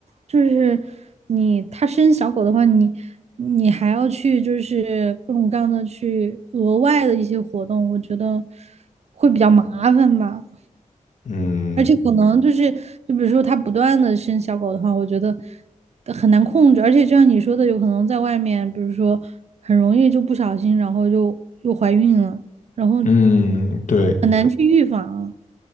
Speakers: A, on the right; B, on the left.
A: 就是你它生小狗的话，你你还要去就是各种各样的去额外的一些活动，我觉得会比较麻烦吧。
B: 嗯
A: 而且可能就是，就比如说它不断的生小狗的话，我觉得很难控制。而且就像你说的，有可能在外面，比如说很容易就不小心，然后就又怀孕了，然后
B: 嗯，对
A: 很难去预防。